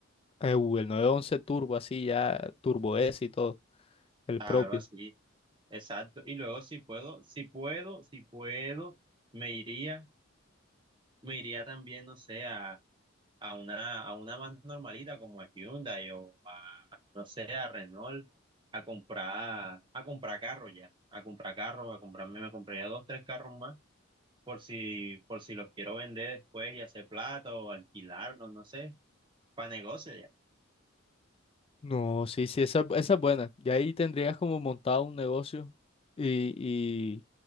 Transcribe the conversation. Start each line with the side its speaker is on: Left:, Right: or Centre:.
Left: Eh, uh, el 911 Turbo, así ya, Turbo S y todo, el
Right: algo
Left: propio.
Right: así, Exacto. Y luego si puedo, si puedo, si puedo, me iría, me iría también, no sé, a, a una, a una más normalita como a Hyundai o a, no sé, a Renault, a comprar, a comprar carro ya, a comprar carro, a comprarme, me compraría dos, tres carros más por si, por si los quiero vender después y hacer plata o alquilarlos, no sé, para negocio ya.
Left: No, sí, sí, esa, esa es buena. Y ahí tendrías como montado un negocio y,